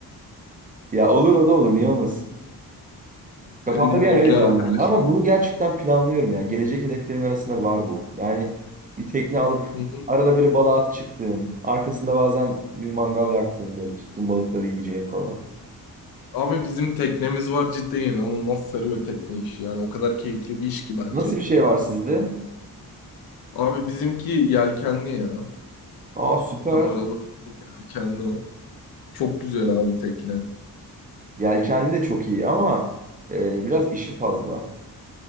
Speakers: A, on the right; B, on the left.
A: Ya olur o da olur niye olmasın. Kafamda
B: Ne bileyim
A: bir
B: evli
A: an öyle canlandı
B: arkadaşlar.
A: ama bunu gerçekten planlıyorum ya. Gelecek hedeflerimin arasında var bu. Yani bir tekne alıp
B: Hı hı.
A: arada böyle balığa at çıktığım, arkasında bazen bir mangal yaktığım böyle tuttuğum balıkları yiyeceğim falan.
B: Abi bizim teknemiz var cidden inanılmaz sarıyor tekne işi yani o kadar keyifli bir iş ki bence.
A: Nasıl bir şey var sizde?
B: Abi bizimki yelkenli ya.
A: Aa süper.
B: Kameralı yelkenli. Çok güzel abi tekne.
A: Yelkenli de çok iyi ama e, biraz işi fazla.